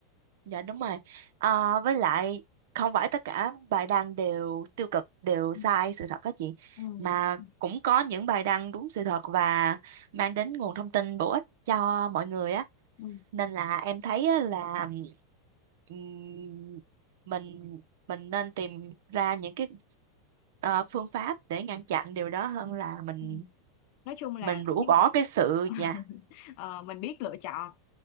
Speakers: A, on the right; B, on the left.
A: Dạ đúng rồi. Ờ, với lại không phải tất cả bài đăng đều tiêu cực, đều
B: Ừ.
A: sai sự thật các chị,
B: ừ.
A: mà cũng có những bài đăng đúng sự thật và mang đến nguồn thông tin bổ ích cho mọi người á.
B: Ừ.
A: nên là em thấy á là ừm, mình mình nên tìm ra những cái ờ, phương pháp để ngăn chặn điều đó hơn là mình
B: Ừ. nói chung là
A: mình rũ
B: kiểu như
A: bỏ
B: là
A: cái sự
B: <laughs>
A: dạ
B: ờ, mình biết lựa chọn